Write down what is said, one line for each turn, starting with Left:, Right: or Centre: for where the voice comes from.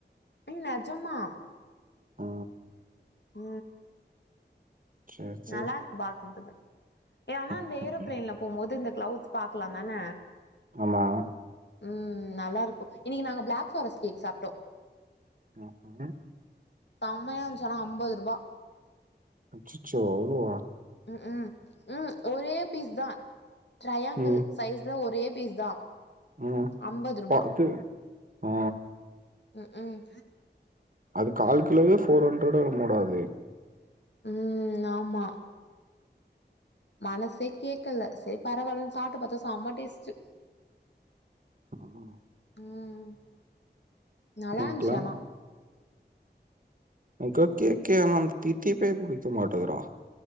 Left: ம் நெஜமா
Right: ஆ
Left: ஆ
Right: சேரி சேரி
Left: நல்லாருக்கு பாக்கற்துக்கு ஏன்னா
Right: ம்
Left: அந்த ஏரோப்பிளேன்ல
Right: ம்.
Left: போம்மோது இந்த கிளவுட்ஸ் பாக்கலாம் தான
Right: ஆமா
Left: ம் நல்லாருக்கும் இன்னிக்கி நாங்க பிளேக் ஃபாரஸ் கேக் சாப்ட்டோ
Right: ம் ம்
Left: செம்மயா இருந்ச்சு ஆனா அம்பது ரூபா
Right: அச்சிச்சோ அவ்ளோவா
Left: ம் ம் ம் ஒரே பீஸ் தா ட்ரையாங்கல்
Right: ம்
Left: சைஸ்ல ஒரே பீஸ் தா
Right: ம்
Left: அம்பது ருபா
Right: பாத்து ஆ
Left: ம் ம்
Right: அது கால் கிலோவே ஃபோர் ஹண்ட்ரோடோ என் மோடா அது
Left: ம் ஆமா மனசே கேக்கல செரி பரவால்லன் சாப்ட்டு பாத்தா செம்ம டேஸ்ட்டு
Right: ம்
Left: ம் நல்லா
Right: இது
Left: இருந்துச்சு
Right: பிளேன்
Left: ஆனா
Right: என்கு கேக்கே ஆனா வந்து தித்திப்பே புடிக்க மாட்டேதுறா